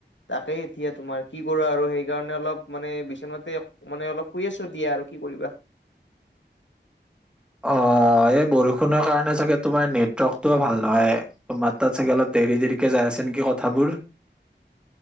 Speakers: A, on the left (about 85°); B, in the centre.
A: তাকে এতিয়া তোমাৰ কি কৰো আৰু সেইকাৰণে অলপ মানে বিচনাতে। মানে অলপ শুই আছো দিয়া আৰু কি কৰিবা।
B: অ' এই বৰষুণৰ কাৰণে চাগে তোমাৰ নেটৱৰ্ক টোও ভাল নহয়। তো মাত তাত চাগে অলপ দেৰি দেৰিকে যাই আছে নেকি কথাবোৰ।